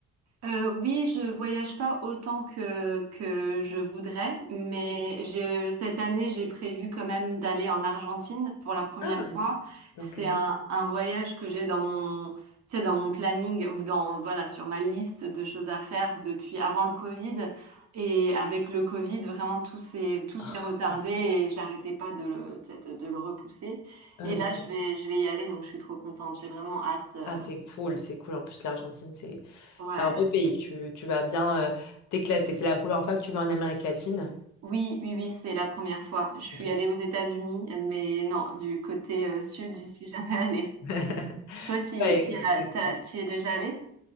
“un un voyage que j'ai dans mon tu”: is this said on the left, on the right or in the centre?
Right